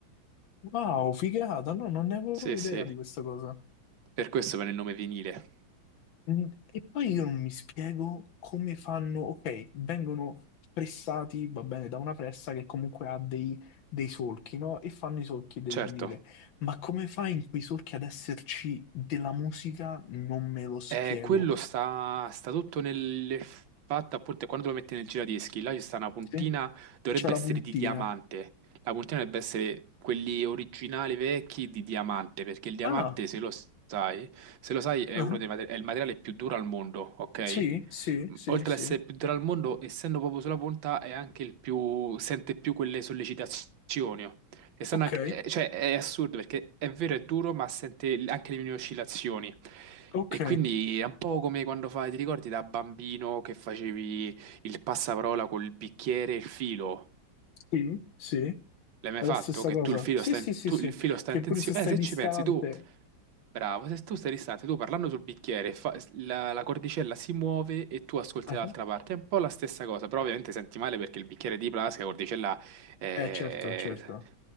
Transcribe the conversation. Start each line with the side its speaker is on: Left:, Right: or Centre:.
Left: Wow, figata, no, non ne avevo
Right: Sì,
Left: proprio
Right: sì,
Left: idea di questa cosa.
Right: per questo prende il nome venile.
Left: Mm, E poi io non mi spiego come fanno, ok, vengono pressati, va bene, da una pressa che comunque ha dei, dei solchi, no? E fanno i solchi del
Right: Certo.
Left: vinile. Ma come fa in quei solchi ad esserci della musica? Non me lo spiego.
Right: Eh, quello sta, sta tutto nel fatto, appunto, quando lo metti nel giradischi, là ci sta una puntina,
Left: Sì?
Right: dovrebbe
Left: C'è la
Right: essere
Left: puntina.
Right: di diamante. La puntina dovrebbe essere quelli originali vecchi di diamante, perché il diamante,
Left: Ah,
Right: se lo sai, se lo sai, è
Left: ah,
Right: uno dei materi- è il materiale più duro al mondo, ok?
Left: Sì, sì, sì,
Right: Oltre
Left: sì.
Right: ad essere il più duro al mondo, essendo proprio sulla punta, è anche il più, sente più quelle sollecitazioni. Che stanno
Left: Ok,
Right: anche- eh, cioè, è assurdo perché è vero, è duro, ma sente anche le mie oscillazioni.
Left: ok,
Right: E quindi è un po' come quando fai, ti ricordi da bambino che facevi il passaparola col bicchiere e il filo?
Left: sì, sì.
Right: L'hai mai
Left: È la
Right: fatto?
Left: stessa
Right: Che
Left: cosa.
Right: tu il filo
Left: Sì,
Right: sta
Left: sì,
Right: in,
Left: sì,
Right: tu,
Left: sì,
Right: il filo sta
Left: che
Right: in tensione?
Left: pure se stai
Right: Eh, se
Left: distante.
Right: ci pensi tu, bravo, se tu stai distante, tu parlando sul bicchiere, fa- la, la cordicella si muove e tu ascolti
Left: Ah,
Right: dall'altra parte. È un po' la stessa cosa, però ovviamente senti male perché il bicchiere è di plastica, la cordicella è,
Left: Eh, certo, certo,